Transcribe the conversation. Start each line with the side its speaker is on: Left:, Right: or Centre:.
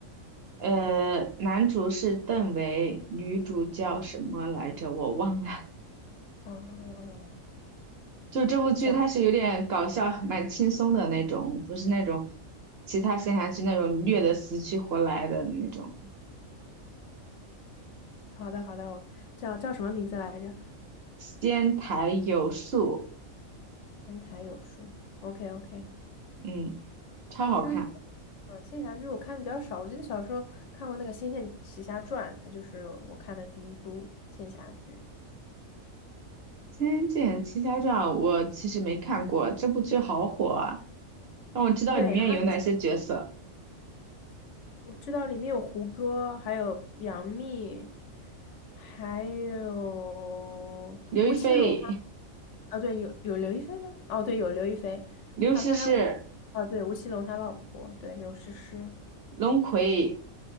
Right: 呃，男主是邓为，女主叫什么来着？我忘了。
Left: 哦，
Right: 就这部剧，
Left: 讲，
Right: 它是有点搞笑，蛮轻松的那种，不是那种其他仙侠剧那种虐的死去活来的那种。
Left: 好的好的，我叫叫什么名字来着？
Right: 仙台有树，
Left: 仙台有树，OK OK。
Right: 嗯，超好看。
Left: 其实仙，呃，仙侠剧我看的比较少。我记得小时候看过那个《仙剑奇侠传》，它就是我看的第一部仙侠剧。
Right: 《仙剑奇侠传》我其实没看过，这部剧好火啊！让我知道里面有哪些角色：
Left: 对啊，我知道里面有胡歌，还有杨幂，还有吴奇隆他
Right: 刘亦菲、
Left: 啊，对，有有刘亦菲吗？哦，对，有刘亦菲，
Right: 刘诗诗、
Left: 好像还有，啊，对，吴奇隆他老婆，对，刘诗诗。
Right: 龙葵、